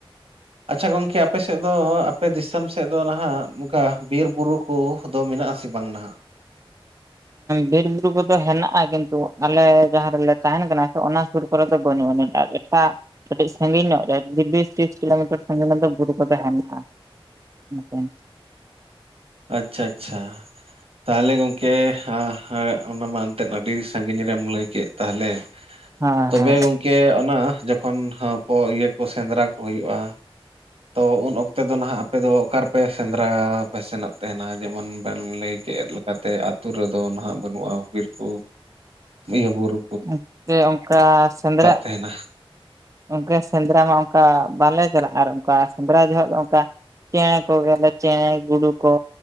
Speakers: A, on the right; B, on the right.
A: ᱟᱪᱪᱷᱟ ᱜᱚᱝᱠᱮ ᱟᱯᱮ ᱥᱮᱫ ᱫᱚ ᱟᱯᱮ ᱫᱤᱥᱚᱢ ᱥᱮᱫ ᱫᱚ ᱱᱟᱸᱜ, ᱚᱱᱠᱟ ᱵᱤᱨ ᱵᱩᱨᱩᱼᱼ ᱠᱚᱫᱚ ᱢᱮᱱᱟᱜ ᱟᱥᱮ ᱵᱟᱝ ᱱᱟᱸᱜ ᱾
B: ᱵᱤᱨ ᱵᱩᱨᱩ ᱠᱚᱫᱚ ᱦᱮᱱᱟᱜᱼᱟ ᱠᱤᱱᱛᱩ, ᱟᱞᱮ ᱡᱟᱸᱦᱟᱸ ᱨᱮᱞᱮ ᱛᱟᱦᱮᱱ ᱠᱟᱱᱟ ᱥᱮ ᱚᱱᱟ ᱥᱩᱨᱼᱼ ᱠᱚᱨᱮ ᱫᱚ ᱵᱟᱹᱱᱩᱜ ᱟ. ᱱᱤᱪ ᱟᱨ ᱮᱴᱟᱜᱼᱼ ᱠᱟᱹᱴᱤᱡ ᱥᱟᱺᱜᱤᱧ ᱧᱚᱜ ᱨᱮ ᱵᱤᱥ ᱛᱤᱥ ᱠᱤᱞᱳᱢᱤᱴᱟᱨ ᱥᱟᱺᱜᱤᱧ ᱨᱮ ᱫᱚ ᱵᱩᱨᱩ ᱠᱚᱫᱚ ᱦᱮᱱᱟᱜᱼᱟ ᱾ ᱦ <unintelligible>
A: ᱟᱪᱪᱷᱟ ᱟᱪᱪᱷᱟ ᱛᱟᱦᱚᱞᱮ ᱜᱚᱝᱠᱮ ᱦᱟᱸ ᱦᱮᱸ ᱚᱱᱟ ᱢᱟ ᱮᱱᱛᱮᱫ ᱟᱹᱰᱤ ᱥᱟᱺᱜᱤᱧ ᱨᱮᱢ ᱞᱟᱹᱭ ᱠᱮᱫ ᱛᱟᱦᱚᱞᱮ,
B: ᱦᱮᱸ
A: ᱛᱚᱵᱮ ᱜᱚᱢᱼᱼᱼ ᱠᱮ ᱚᱱᱟ ᱡᱚᱠᱷᱚᱱ ᱦᱟᱭ ᱠᱚ ᱤᱭᱟᱹ ᱠᱚ ᱥᱮᱸᱫᱽᱨᱟ ᱠᱚ ᱦᱩᱭᱩᱜᱼᱟ, ᱛᱚ ᱩᱱ ᱚᱠᱛᱮ ᱫᱚ ᱱᱟᱜ ᱟᱯᱮ ᱫᱚ ᱚᱠᱟ ᱨᱮᱯᱮ ᱥᱮᱸᱫᱽᱨᱟ ᱯᱮ ᱥᱮᱱᱚᱜ ᱛᱮᱱᱟᱸᱜ ᱡᱮᱢᱚᱱ ᱵᱮᱱ ᱞᱟᱹᱭ ᱠᱮᱫᱼᱼ ᱠᱟᱛᱮ ᱟᱛᱩ ᱨᱮᱫᱚ ᱱᱟᱸᱜ ᱵᱟᱹᱱᱩᱜᱼᱟ ᱵᱤᱨ ᱠᱚ, ᱤᱭᱟᱹ ᱵᱩᱨᱩᱼᱼ
B: ᱚᱱᱛᱮ ᱚᱱᱠᱟ ᱥᱮᱸᱫᱽᱨᱟᱜ
A: ᱛᱟᱦᱮᱱᱟ
B: ᱜᱚᱝᱠᱮ ᱚᱱᱠᱟ ᱥᱮᱸᱫᱽᱨᱟ ᱢᱟ ᱚᱱᱠᱟ ᱵᱟᱞᱮ ᱪᱟᱞᱟᱜᱼᱟ, ᱟᱨ ᱚᱱᱠᱟ ᱥᱮᱸᱫᱽᱨᱟ ᱡᱚᱦᱚᱜ ᱫᱚ ᱚᱱᱠᱟᱼᱼ ᱪᱮᱬᱮ ᱠᱚᱜᱮᱞᱮ ᱪᱮᱬᱮ ᱜᱩᱰᱩ ᱠᱚ